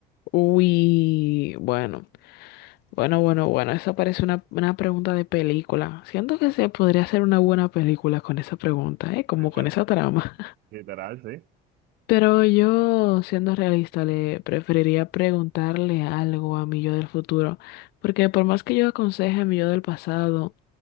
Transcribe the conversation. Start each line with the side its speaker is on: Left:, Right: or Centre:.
Left: Uy, bueno, bueno, bueno, bueno, esa parece una, una pregunta de película. Siento que se podría hacer una buena película con esa pregunta, ¿eh? Como
Right: Liter-
Left: con esa trama.
Right: Literal, sí.
Left: <laughs> Pero yo, siendo realista, le preferiría preguntarle algo a mi yo del futuro, porque por más que yo aconseje a mi yo del pasado,